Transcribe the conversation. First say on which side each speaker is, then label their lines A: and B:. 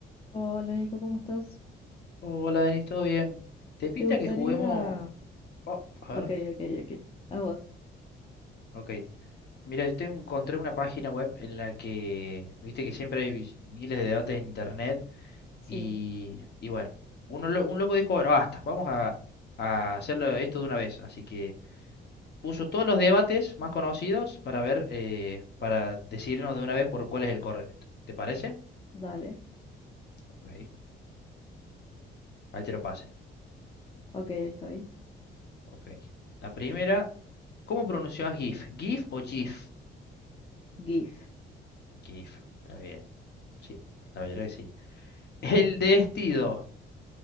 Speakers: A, on the left; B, on the left.
A: Hola Nico, ¿cómo estás?
B: Hola, Denis, ¿todo bien? ¿Te pinta
A: ¿Te gustaría?
B: que juguemos? Oh, a
A: Ok,
B: ver,
A: ok, ok. A vos.
B: ok. Mira, yo tengo, encontré una página web en la que, viste que siempre hay vis- miles de debates en internet
A: Sí,
B: y, y bueno, uno, lo- un loco dijo, bueno, basta, vamos a, a hacerlo esto de una vez. Así que puso todos los debates más conocidos para ver, eh, para decidirnos de una vez por cuál es el correcto. ¿Te parece?
A: dale.
B: Ok, ahí te lo pasé.
A: Ok, ahí estoy.
B: Ok. La primera, ¿cómo pronunciás GIF? ¿GIF o GIF?
A: GIF.
B: GIF, está bien. Sí, la verdad que sí. ¿El vestido